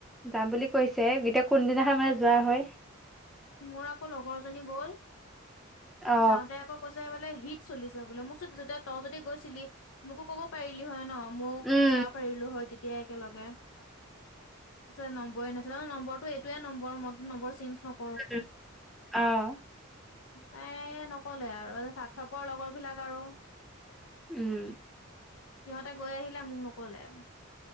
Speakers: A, in the centre; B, on the left.
A: যাম বুলি কৈছে। কেতিয়া কোনদিনাখনে যোৱা হয়।
B: মোৰ আকৌ লগৰজনী গ'ল
A: অ
B: যাওঁতে আকৌ কৈছে বোলে হিট চলিছে বোলে। মোক চো--যেতিয়া ত- যদি গৈছিলি মোকো ক'ব পাৰিলি হয় ন'। মোক,
A: উম
B: যাব পাৰিলো হয় তেতিয়া একেলগে। পিছে নম্বৰে নাছিলে। অ', নম্বৰটো এইটোয়ে নম্বৰ ম নম্বৰ চেইজ্ঞ নক্‌
A: এইটো। অ'-
B: তাই ন'কলে আৰু। স্বাৰ্থপৰ লগৰ বিলাক আৰু
A: উম।
B: সিহঁতে গৈ আহিলে। মোক নক'লে আও।